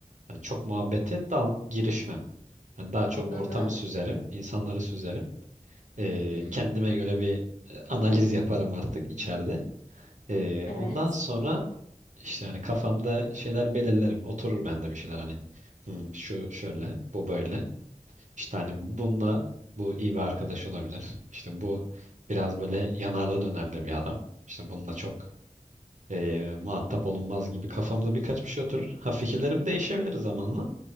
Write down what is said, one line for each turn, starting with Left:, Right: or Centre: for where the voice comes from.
Right: Hani çok muhabbete dal girişmem. Yani daha çok
Left: Anladım.
Right: ortamı süzerim, insanları süzerim. Ee,
Left: Hı hı.
Right: kendime göre bir e, analiz yaparım artık içeride. Ee,
Left: Evet.
Right: ondan sonra işte hani kafamda şeyler belirlerim. Oturur bende bir şeyler hani. "Hmm, şu şöyle, bu böyle. İşte hani bununla bu iyi bir arkadaş olabilir. İşte bu biraz böyle yanarda dönerli bir adam. İşte bununla çok e, muhatap olunmaz gibi kafamda birkaç bir şey oturur. Ha fikirlerim değişebilir zamanla.